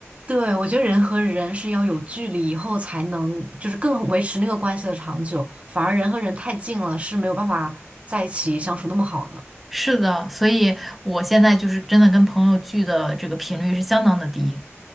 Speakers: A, on the right; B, in the centre.
A: 对，我觉得人和人是要有距离以后才能，就是更维持那个关系的长久，反而人和人太近了是没有办法在一起相处那么好的。
B: 是的，所以我现在就是真的跟朋友聚的这个频率是相当的低。